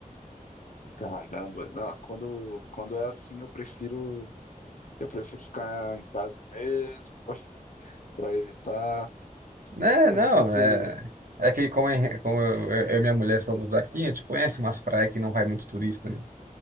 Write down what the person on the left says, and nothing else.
Caramba, não, quando, quando é assim, eu prefiro, eu prefiro ficar em casa mesmo, <laughs> pra evitar.
Eu não sei se.